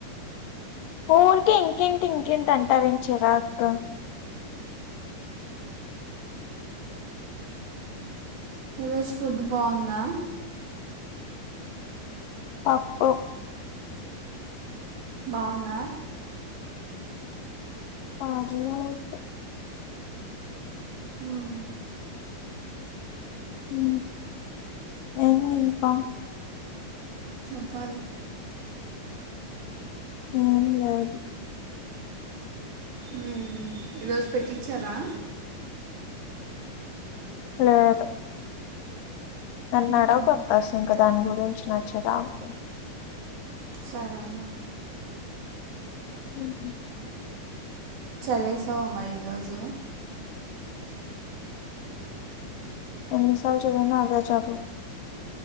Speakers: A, on the left; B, on the right.
A: ఊరికే ఇంకేంటి ఇంకేంటి అంటావ్ ఏంటి చిరగ
B: ఈరోజు ఫుడ్ బాగుందా
A: పప్పు
B: బావుందా
A: పర్లేదు
B: ఊమ్
A: ఊ ఏంది ఇంకా
B: చెప్పాలి
A: ఏం లేదు
B: ఊ ఈ రోజు పెట్టిచారా
A: లేదు నన్ను నడగకు
B: మ్మ్.
A: అక్క అసలు ఇంకా దాని గురించి నాకు చిరాకు
B: సరేలె
A: ఊహు
B: చదివేసావ మరి ఈ రోజు
A: ఎని సాల చదివిన అవే చదువు